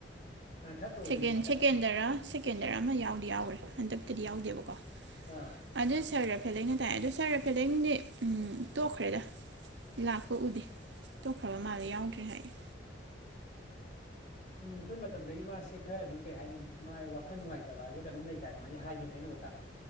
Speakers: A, on the left; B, on the right.
A: ꯊꯥꯔꯠ ꯑꯣꯏꯗꯣꯏꯅꯤ
B: ꯁꯦꯀꯦꯟ
A: ꯊꯥꯔꯠ
B: ꯁꯦꯀꯦꯟꯗꯔ
A: ꯑꯣꯏ
B: ꯁꯦꯀꯦꯟꯗꯔ ꯑꯃ ꯌꯥꯎꯗꯤ ꯌꯥꯎꯒ꯭ꯔꯦ ꯍꯟꯗꯛꯇꯗꯤ ꯌꯥꯎꯗꯦꯕꯀꯣ
A: ꯑꯥ
B: ꯑꯗꯨ ꯁ꯭ꯔ ꯔꯐꯦꯂꯩꯅ ꯇꯥꯛꯑꯦ ꯑꯗꯣ ꯁ꯭ꯔ ꯔꯐꯦꯂꯦꯡꯗꯤ ꯎꯝ ꯇꯣꯛꯈ꯭ꯔꯦꯗ ꯂꯥꯛꯄ ꯎꯗꯦ ꯇꯣꯛꯈ꯭ꯔꯕ ꯃꯥꯜꯂꯦ ꯌꯥꯎꯗ꯭ꯔꯦ ꯍꯥꯏꯌꯦ
A: ꯎꯝ ꯈꯣꯏ ꯃꯇꯝꯗꯩꯩ ꯃꯥꯁꯦ ꯈ꯭ꯔ ꯑꯗꯨꯝ ꯀꯩ ꯍꯥꯏꯅꯤ ꯃꯥꯏ ꯋꯥꯈꯟ ꯅꯨꯡꯉꯥꯏꯇꯕ ꯍꯥꯏꯕ꯭ꯔ ꯀꯩꯅꯣꯝ ꯂꯩꯇꯥꯏꯟ ꯑꯗꯨꯃꯥꯏ ꯍꯥꯏꯗꯤ ꯍꯥꯏꯅ